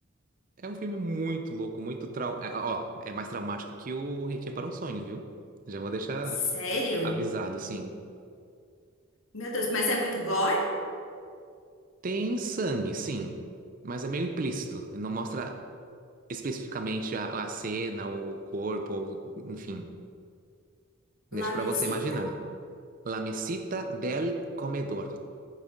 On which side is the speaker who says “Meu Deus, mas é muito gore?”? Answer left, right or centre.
Left